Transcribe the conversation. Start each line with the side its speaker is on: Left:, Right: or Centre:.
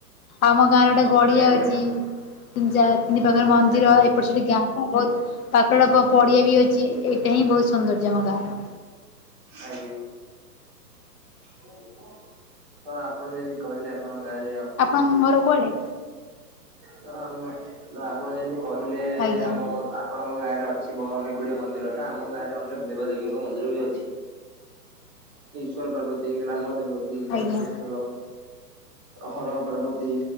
Left: ଆମ ଗାଁରେ ଗୋଟେ ଗଡିଆ
Right: ଆଜ୍ଞା
Left: ଅଛି। ତିନି ଚାର ତିନି ପାଖରେ ମନ୍ଦିର
Right: ଆଜ୍ଞା
Left: ଏପଟ ସେଠି ଗାଁ ବହୁତ ପାଖଟା ପଡିଆ ବି ଅଛି ଏ ଏ ହି ବହୁତ ସନ୍ଦର୍ୟ ଆମ ଗାଁ ର।
Right: ଆଜ୍ଞା ହଁ ଆପଣ ଯେମିତି। କହିଲେ ଆପଣଙ୍କ ଗାଁରେ
Left: ଙ୍ଗର କଳେ।
Right: ତ ଆମ ଆପଣ ଯେମତି କହିଲେ
Left: ଆଜ୍ଞା
Right: ଆମ ଆପଣଙ୍କ ଗାଁ ରେ ଅଛି ବ ଅନେକ ଗୁଡିଏ ମନ୍ଦିର ତ ଆମ ଗାଁ ରେ ଅନେକ ଦେବାଦେବୀଙ୍କ ମନ୍ଦିର ବି ଅଛିମ ଈଶ୍ୱର ପାର୍ବତୀ ଗ୍ରାମ ଦେବତୀ ଜମତେଶ୍ଵର।
Left: ଆଜ୍ଞା
Right: ହର ପାର୍ବତୀ